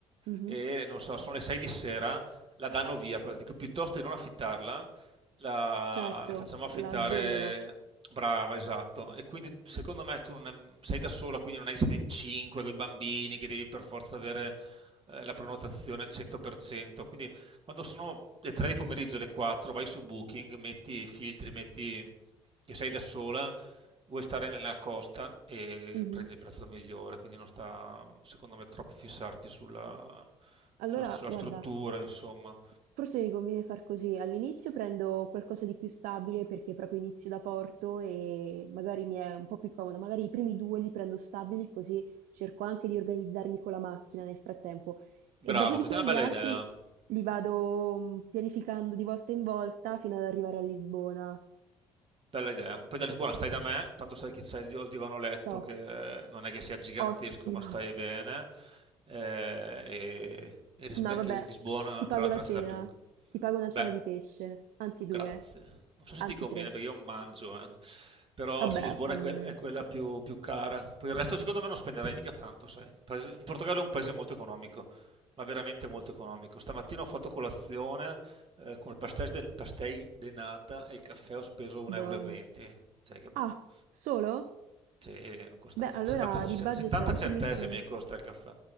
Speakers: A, on the right; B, on the right.
A: mhm,
B: e non so, sono le 6 di sera, la danno via, dico, piuttosto di non affittarla, la,
A: certo,
B: la facciamo affittare
A: la svendono.
B: brava, esatto. E quindi secondo me tu non è- sei da sola, quindi non è che siete in 5 con i bambini che devi per forza avere eh, la prenotazione al 100%. Quindi quando sono le 3 di pomeriggio, le 4, vai su Booking, metti i filtri, metti che sei da sola vuoi stare nella costa e
A: Mhm.
B: prendi il prezzo migliore, quindi non sta, secondo me, troppo fissarti sulla,
A: Allora,
B: sulla- sulla
A: guarda.
B: struttura, insomma.
A: Forse mi conviene far così, all'inizio prendo qualcosa di più stabile perché proprio inizio da porto e magari mi è un po' più comodo, magari i primi due li prendo stabili così cerco anche di organizzarmi con la macchina nel frattempo
B: Bravo,
A: e dopodiché
B: questa è una
A: gli
B: bella
A: altri
B: idea.
A: li vado mm, pianificando di volta in volta fino ad arrivare a Lisbona.
B: Bella idea. Poi da Lisbona stai da me, tanto sai che c'è il, il divano letto
A: Top,
B: che non è che sia gigantesco,
A: ottimo.
B: ma stai
A: <laughs>
B: bene. eh, e e rispecchia
A: No, vabbè,
B: Lisbona,
A: ti pago
B: tra l'altro,
A: la cena,
B: è la città più
A: ti pago una
B: Beh,
A: cena di pesce, anzi
B: grazie.
A: due,
B: Non so se
A: anzi
B: ti conviene
A: tre.
B: perché io non mangio, eh. Però
A: Vabbè,
B: sì, Lisbona
A: fa
B: è,
A: niente,
B: que- è quella più, più cara. Poi il resto secondo me non spenderai mica tanto, sai. Paese- in Portogallo è un paese molto economico, ma veramente molto economico. Stamattina ho fatto colazione eh, con il pastéis de, pastéis de nata e il caffè ho speso 1,20
A: buono.
B: euro. e venti, Cioè, hai capito?
A: Ah, solo?
B: Cioè, non costa
A: Beh,
B: niente.
A: allora
B: 70,
A: di
B: se-
A: budget
B: 70
A: ho anche
B: centesimi
A: messo,
B: costa il caffè.